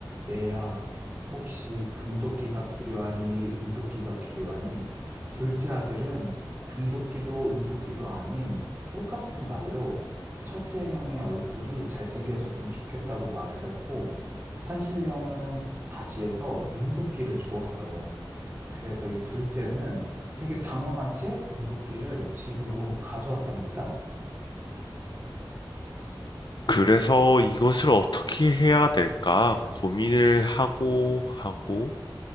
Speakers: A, on the right; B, on the left.
A: 얘야, 혹시 금도끼가 필요하니, 은도끼가 필요하니? 둘째 아들은 금도끼도 은도끼도 아닌 똑같은 말로 첫째 형의 얼굴이 잘생겨졌으면 좋겠다고 말을 했고, 산신령은 다시 해서 은도끼를 주었어요. 그래서 이 둘째는 되게 당황한 채 은도끼를 집으로 가져왔답니다.
B: 그래서 이것을 어떻게 해야 될까 고민을 하고 하고